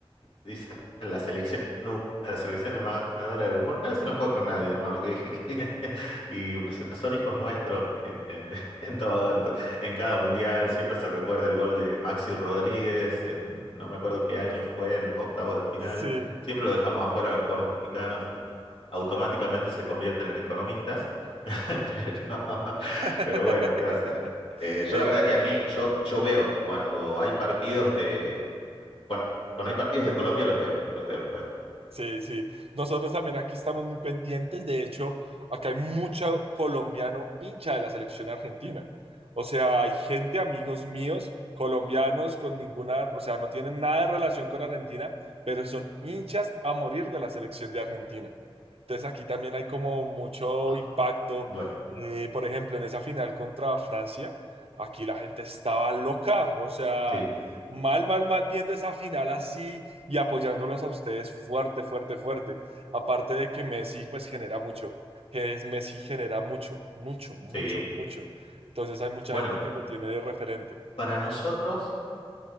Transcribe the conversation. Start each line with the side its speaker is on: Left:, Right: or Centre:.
Left: dicen la selección, una de las selecciones más ganadoras del mundo, si no juegas con nadie, hermano. que- que- <laughs> Y pues, son hijos nuestros en, en, en <laughs> todo, en, to- en cada mundial. Siempre se recuerda el gol de Maxi Rodríguez, en, no me acuerdo qué año fue, en los octavos de final.
Right: Sí.
Left: Siempre lo dejamos afuera a los pobres mexicanos y automáticamente se convierten en economistas. <laughs> Pero,
Right: <laughs>
Left: pero bueno, ¿qué va a ser? Eh, yo
Right: Eh,
Left: la verdad que a mí, yo, yo veo cuando hay partidos de, cuan- cuando, hay partidos de Colombia, los veo, los veo, los veo.
Right: Sí, sí. Nosotros también aquí estamos muy pendientes. De hecho, acá hay mucho colombiano hincha de la selección argentina. O sea, hay gente, amigos míos, colombianos con ninguna, o sea, no tienen nada de relación con Argentina, pero son hinchas a morir de la selección de Argentina. Entonces aquí también hay como mucho
Left: Buah,
Right: impacto.
Left: Bueno,
Right: Eh, por ejemplo, en esa final contra Francia, aquí la gente estaba loca, o sea,
Left: sí,
Right: mal, mal, mal viendo esa final así y apoyándolos a ustedes fuerte, fuerte, fuerte. Aparte de que Messi pues genera mucho, que es Messi genera mucho, mucho, mucho,
Left: sí.
Right: mucho. Entonces hay mucha
Left: Bueno,
Right: gente que lo tiene de referente.
Left: para nosotros,